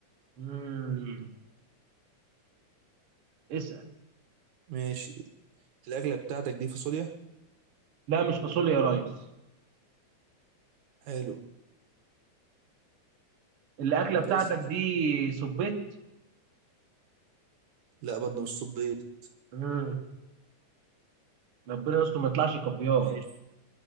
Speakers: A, on the right; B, on the right.
A: مم. اسال
B: ماشي الاكله بتاعتك دي فاصوليا
A: لا مش فاصوليا يا ريس
B: حلو
A: الاكله بتاعتك
B: اسال
A: دي صبيت
B: لا برضه مش صبيط
A: مم. ربنا يستر ما يطلعش كافيار
B: ماشي